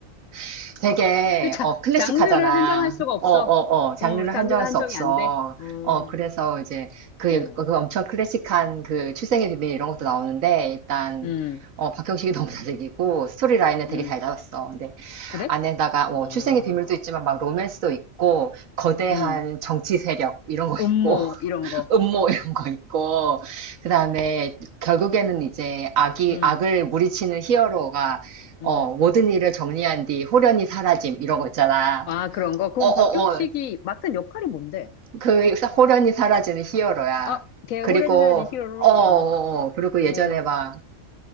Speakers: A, on the right (about 80°); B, on the left (about 80°).
A: <laughs> 되게,
B: 그 자,
A: 어, 클래식하잖아.
B: 장르를 한정할 수가 없어.
A: 어, 어, 어, 장르를
B: 어, 장르가
A: 한정할
B: 한정이
A: 수 없어.
B: 안 돼. 어,
A: 어, 그래서 이제, 그,
B: 음,
A: 그 엄청 클래식한 그 출생의 비밀 이런 것도 나오는데, 일단,
B: 음,
A: 어, 박형식이 너무 <laughs> 잘생기고, 스토리 라인을
B: 음.
A: 되게 잘 잡았어. 근데,
B: 그래?
A: 안에다가, 뭐,
B: 음,
A: 출생의 비밀도 있지만, 막, 로맨스도 있고, 거대한
B: 음.
A: 정치 세력, 이런 거 있고,
B: 음모, 이런 거.
A: 음모 이런 거 있고 그다음에 결국에는 이제 악이
B: 음,
A: 악을 무리치는 히어로가
B: 음.
A: 어 모든 일을 정리한 뒤 호련히 사라짐 이런 거 있잖아.
B: 아, 그런 거. 그럼
A: 어 어
B: 박경식이
A: 어
B: 맡은 역할이 뭔데?
A: 그 호련히 사라지는 히어로야.
B: 아, 걔
A: 그리고
B: 호래진 사라진 히어로로?
A: 어, 어,
B: 어,
A: 어. 그리고
B: 어,
A: 예전에 막